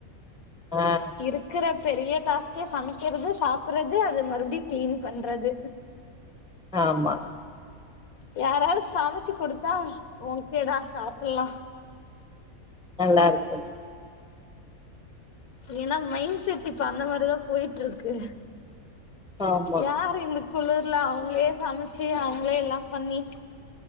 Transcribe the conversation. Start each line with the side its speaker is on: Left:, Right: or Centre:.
Centre: ஆ
Left: இருக்குற பெரிய டாஸ்கெ சமைக்கறது சாப்றது அத மறுபடியு கிளீன் பண்றது
Centre: ஆமா
Left: யாராவது சமச்சு குடுத்தா ஓகேடா சாப்புல்லா
Centre: நல்லா இருக்கு
Left: ஏன்னா மைண்ட் செட் இப்ப அந்த மாரிதா போயிட்ருக்கு
Centre: ஆமா
Left: யாரு இந்த குளிர்ல அவங்களே சம ச்சு அவங்களே எல்லா பண்ணி